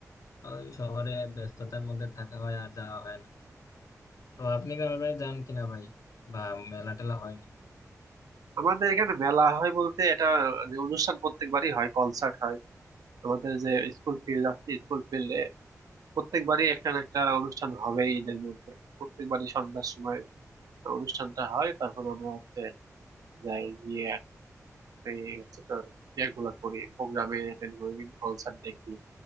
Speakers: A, on the left; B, on the right.
A: ওই শহরে ব্যস্ততার মধ্যে থাকা হয় আর যাওয়া হয় না তো আপনি গ্রামের বাড়ি যান কিনা ভাই বা মেলা টেলা হয়নি
B: আমাদের এখানে মেলা হয় বলতে এটা যে অনুষ্ঠান প্রত্যেকবারই হয় কনসার্ট হয় আমাদের যে স্কুল ফিল্ড আছে স্কুল ফিল্ডে প্রত্যেকবারই একটা না একটা অনুষ্ঠান হবেই ঈদের মধ্যে প্রত্যেকবারই সন্ধ্যার সময় অনুষ্ঠানটা হয় তখন আমরা হচ্ছে যাই গিয়ে এই হচ্ছে তোর ইয়েগুলা করি প্রোগ্রামে অ্যাটেন্ড করি কনসার্ট দেখি